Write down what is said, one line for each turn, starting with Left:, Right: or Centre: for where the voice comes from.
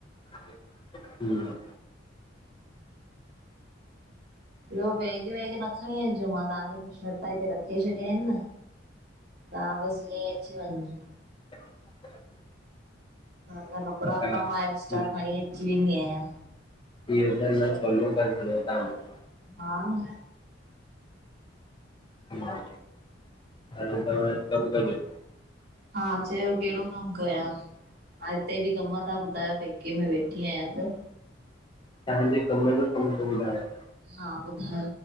Left: हम्म।
Right: ॿियो बैग वैग न खणीं अचिजो मां तहांजा कुछु लट्टा हिते रखे छॾिया हिनि न। तहां बस इंञेंई अची वंञ् ॼो
Left: खाली जवाब
Right: तव्हांजा कपिड़ा वपड़ा
Left: आहे
Right: मां एक्स्ट्रा खणीं अची वेंदी आहियां
Left: इह्यो कमु त सहुलो करे छॾियुव तहां मुंजो
Right: हा न।
Left: हा, हलो त हाणें कम कजे।
Right: हा चयो, केड़ो कम कयां? हा, हिते बि कम ता ॿुधायो, पेके में वेठी आयां त
Left: तहांजे कम जो कमु तो बुधायां
Right: हा, ॿुधायो